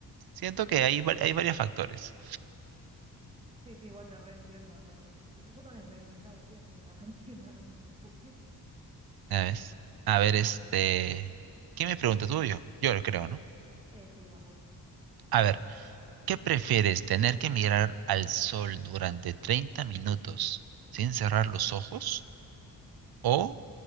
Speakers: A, on the right; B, on the right.
A: siento que
B: Sí,
A: hay, va-
B: obvio.
A: hay varios factores.
B: Sí, sí, igual te reentiendo, ¿no? No- Yo también soy de pensar así, así que te <laughs> reentiendo, no te preocupes.
A: ¿Sabes? A ver, este, ¿qué me pregunta tú o yo? Yo lo creo, ¿no?
B: Eh, sí, vas vos.
A: A ver, ¿qué prefieres, tener que mirar al sol durante 30 minutos sin cerrar los ojos o